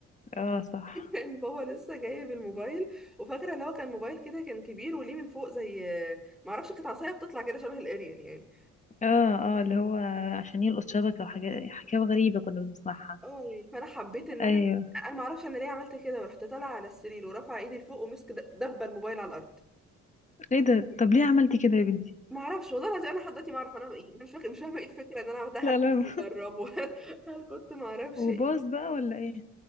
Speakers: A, on the left; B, in the centre.
A: اه صح
B: <laughs> كان بابا لسه جايب الموبايل وفاكره اللي هو كان موبايل كده كان كبير وليه من فوق زي ما اعرفش كانت عصايه بتطلع كده شبه الاريال يعني
A: اه اه اللي هو عشان يلقط شبكة وحاجات حكاوي غريبة كنا بنسمعها
B: اه يعني فانا حبيت ان
A: ايوه
B: انا انا ما اعرفش انا ليه عملت كده ورحت طالعه على السرير ورافعه ايدي لفوق ومسك د- دبه الموبايل على الارض
A: ايه ده طب ليه عملتي كده يا بنتي
B: ما اعرفش والله العظيم انا لحد دلوقتي ما اعرف انا ايه انا مش فاكره مش فاهمه ايه الفكره ان انا عملتها
A: لا
B: هل كنت
A: لا
B: بجربه <laughs> هل كنت ما اعرفش
A: <laughs> وباص
B: ايه
A: بقى ولا ايه